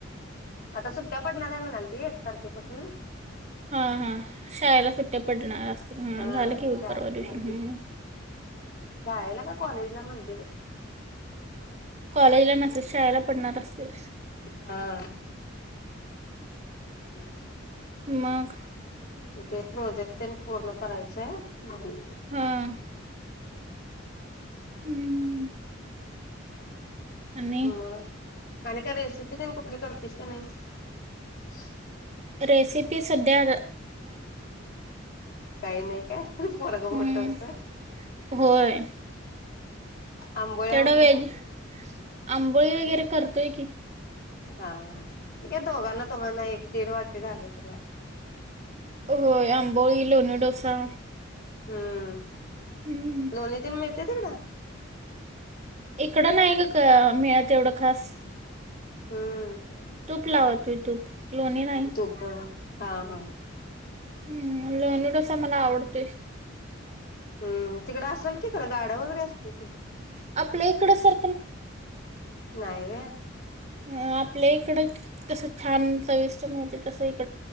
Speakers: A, on the left; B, on the right.
A: आता सुट्ट्या पडणार आहे म्हणालती एक तारखेपासून.
B: हां हां शाळेला सुट्ट्या पडणार असतील हां
A: हा
B: झालं, की
A: शाळे
B: परवा दिवशी हम्म.
A: शाळेला का कॉलेजला म्हणली बाई
B: कॉलेजला नसेल शाळेला पडणार असतील.
A: हा <inaudible>
B: मग
A: ते प्रोजेक्ट तेन पूर्ण करायचंय म्हणून.
B: हां हम्म. आणि
A: मग आणि काय रेसिपी ते कुठली करतीस काय नाही? <inaudible>
B: रेसिपी सध्या अगं
A: काही नाही काय पोरगं
B: हम्म.
A: मोठं असतो.
B: होय
A: आंबोळ्या
B: तेवढं
A: वगैरे
B: वेज आंबोळी वगैरे करतोय की.
A: हा. ठीक आहे दोघांना तुम्हाला एक दीड वाटी झालं तर
B: होय आंबोळी, लोणी डोसा.
A: हम्म.
B: हम्म.
A: लोणी तेन मिळतंय तिकडं?
B: इकडं नाही ग काय मिळत एवढं खास.
A: हम्म.
B: तूप लावते तूप लोणी नाही.
A: तूप हा हा
B: हम्म, लोणी डोसा मला आवडतोय.
A: हम्म तिकडं असेल कि खर गाड्या वगैरे असतील की.
B: आपल्या इकडं सर.
A: नाही व्हय.
B: अ आपल्या इकडं कस छान चविष्ट मिळतंय तस इक